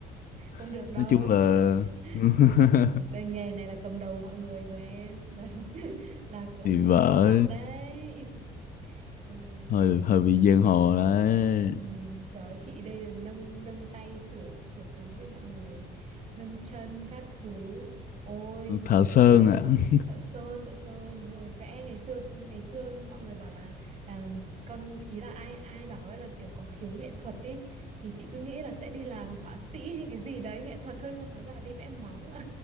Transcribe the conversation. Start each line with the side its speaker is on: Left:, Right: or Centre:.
Right: không được
Left: <laughs>
Right: đâu
Left: nói chung
Right: <laughs>
Left: là <laughs>
Right: Cái- cái nghề này là cầm đầu mọi người rồi em là <laughs> là cũng
Left: thì vợ
Right: máu mặt đấy <laughs> trời
Left: hơi hơi bị giang hồ đấy
Right: Ừ, trời ơi, chị đây là nâng nâng tay sửa sửa túi cho mọi người nâng chân các thứ ôi mà
Left: thợ
Right: cũng
Left: sơn
Right: mệt
Left: ạ <laughs>
Right: thợ sơn thợ sơn đúng rồi vẽ ngày xưa ngày xưa mọi người bảo là, là con ý là ai ai bảo ấy là kiểu có khiếu nghệ thuật ý thì chị cứ nghĩ là sẽ đi làm họa sĩ hay cái gì đấy nghệ thuật hơn cơ hóa ra là đi vẽ móng ạ